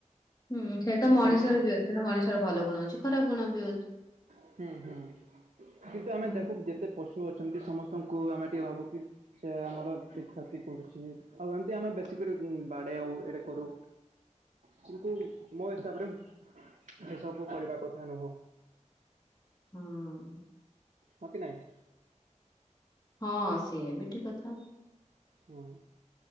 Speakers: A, on the left; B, on the right.
A: ହୁଁ ସେ ତ ମଣିଷର
B: ଜାଣି
A: ବି ଅଛି ନା ମଣିଷର ଭଲ ଗୁଣ ଅଛି ଖରାପ ଗୁଣ ବି ଅଛି।
B: ହୁଁ ହୁଁ କିନ୍ତୁ ଆମେ
A: ହୁଁ।
B: ଦେଖୁ ଯେତେ ପଶୁ ଅଛନ୍ତି ସମସ୍ତଙ୍କୁ ଆମେ ଟିକେ ଭାବୁ କି ସେ ଆମର ଠିକ୍ କ୍ଷତି କରୁଛି ଆଉ ଏମିତି ଆମେ ବେଶୀ କରି ବାଡ଼େଇ ହଉ ଏଇଟା କରୁ। କିନ୍ତୁ ମୋ ହିସାବରେ ସେସବୁ କରିବା କଥା ନୁହଁ।
A: ହଁ
B: ହ କି ନାହିଁ।
A: ହଁ ସେ ବି ଠିକ୍ କଥା।
B: ହୁଁ